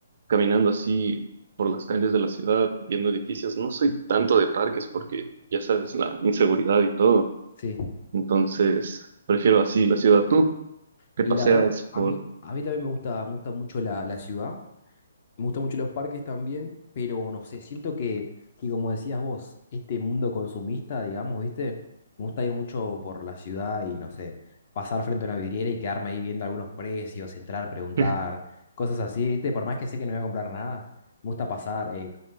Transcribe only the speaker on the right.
caminando así por las calles de la ciudad, viendo edificios. No soy tanto de parques porque, ya sabes, la inseguridad y todo.
Entonces, prefiero así la ciudad. Tú te
paseas
por...
<laughs>